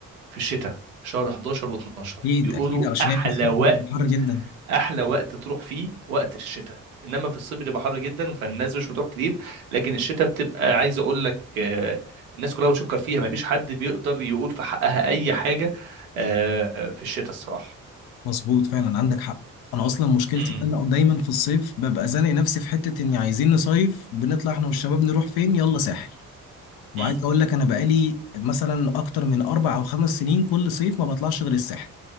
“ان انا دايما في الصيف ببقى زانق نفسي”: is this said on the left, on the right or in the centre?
Left